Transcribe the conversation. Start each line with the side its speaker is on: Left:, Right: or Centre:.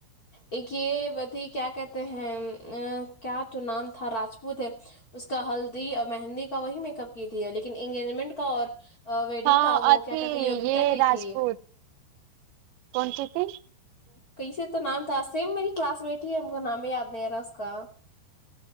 Left: ان کے پتی کیا کہتے ہیں کیا تو نام تھا راجپوت ہے اس کا ہلدی اور مہندی کا وہی میک اپ کی ت ہے لیکن انگیجمنٹ کا اور ویڈنگ
Right: ہاں
Left: کا وہ
Right: اھی
Left: کیا کہتے یوگیتا
Right: یہ
Left: کی
Right: راجپوت
Left: تھی
Right: کون کی تھی
Left: کیسے تو نام تھا سیم میری کلاس بیٹھی ہے ہم کا نام بھی یاد نہیں رہا اس کا